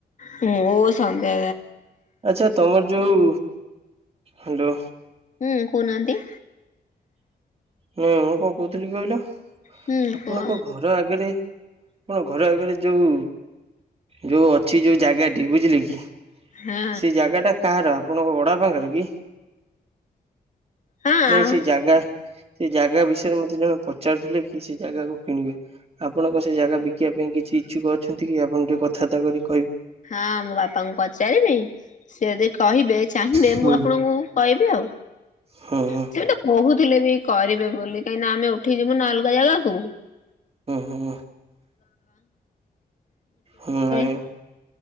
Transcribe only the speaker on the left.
ହୁଁ ଓ ସଦ
ହୁଁ କହୁନାହାନ୍ତି?
ହୁଁ
କୁହ
ହଁ
ହଁ।
ହଁ ମୋ ବାପାଙ୍କୁ ପଚାରିବି ସିଏ ଦେ କହିବେ ଚାହିଁବେ
ମୁଁ ଆପଣଙ୍କୁ କହିବି ଆଉ
ସେମିତି ବହୁତ ଥିଲେ ବି କରିବେ ବୋଲି କାହିଁକିନା, ଆମେ ଉଠିଯିବୁ ନା ଅଲଗା ଜାଗାକୁ
<unintelligible>